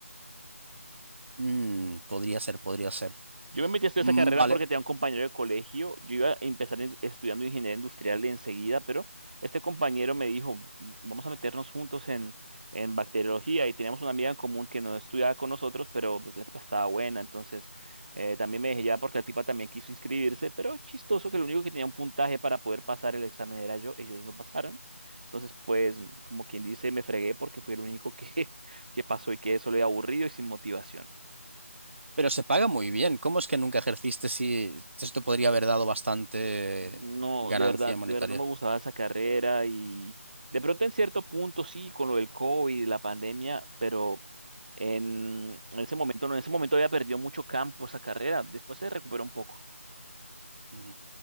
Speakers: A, on the right; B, on the right.
A: Mm, podría ser, podría ser.
B: Yo me metí a estudiar
A: Mm,
B: esa carrera
A: vale,
B: porque tenía un compañero de colegio. Yo iba a empezar en- estudiando ingeniería industrial de enseguida, pero este compañero me dijo, vamos a meternos juntos en, en bacteriología y teníamos una amiga en común que no estudiaba con nosotros, pero pues la tipa estaba buena, entonces eh, también me dejé ya porque la tipa también quiso inscribirse, pero chistoso que lo único que tenía un puntaje para poder pasar el examen era yo, ellos no pasaron. Entonces, pues, como quien dice, me fregué porque fui el único que, <laughs> que pasó y quedé solo y aburrido y sin motivación.
A: pero se paga muy bien. ¿Cómo es que nunca ejerciste si esto podría haber dado bastante
B: No,
A: ganancia
B: de verdad,
A: monetaria?
B: de verdad no me gustaba esa carrera y de pronto en cierto punto sí, con lo del COVID la pandemia, pero en, en ese momento no, en ese momento había perdido mucho campo esa carrera, después se recuperó un poco.
A: Ujú.